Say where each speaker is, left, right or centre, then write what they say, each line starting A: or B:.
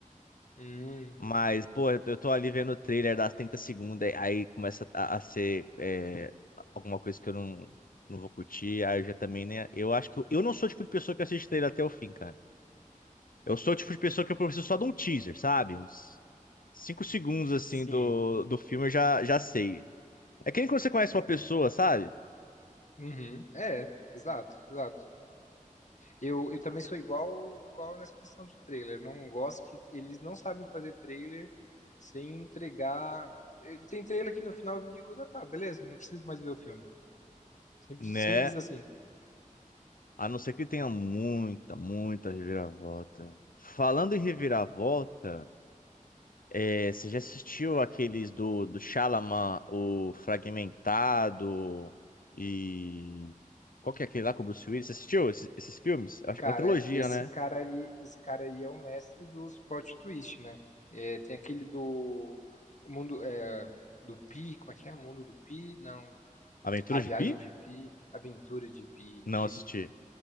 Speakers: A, on the left (about 60°); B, on the left (about 85°).
A: Hum,
B: Mas, pô, eu eu tô ali vendo o trailer das 30 segundos, aí começa a, a ser é, alguma coisa que eu não, não vou curtir, aí eu já também, né? Eu acho que eu, eu não sou o tipo de pessoa que assiste trailer até o fim, cara. Eu sou o tipo de pessoa que eu preciso só de um teaser, sabe? Uns 5 segundos, assim,
A: sim.
B: do, do filme eu já, já sei. É que nem quando você conhece uma pessoa, sabe?
A: Uhum. É, exato, exato. Eu, eu também sou igual, igual nessa questão de trailer. Não gosto que eles não sabem fazer trailer sem entregar. Eh, Tem trailer que no final eu digo, ah, tá, beleza, não preciso mais ver o filme. Simples,
B: Né?
A: simples assim.
B: A não ser que tenha muita, muita reviravolta. Falando em reviravolta, é, você já assistiu aqueles do, do Shyamalan, o Fragmentado e... Qual que é aquele lá com o Bruce Willis? Você assistiu esses, esses filmes? Eu acho-
A: Cara,
B: Uma trilogia,
A: esse
B: né?
A: cara ali, esse cara aí é o mestre dos plot twist, né? É, tem aquele do mundo é, do Pi, como é que é? O mundo do Pi? Não,
B: Aventuras
A: a viagem
B: de Pi?
A: de Pi, a aventura de Pi,
B: Não,
A: isso.
B: assisti.